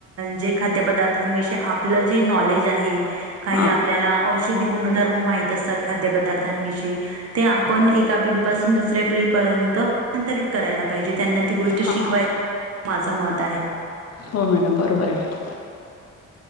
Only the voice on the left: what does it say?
हा
हा
हो मॅडम बरोबर आहे <unintelligible>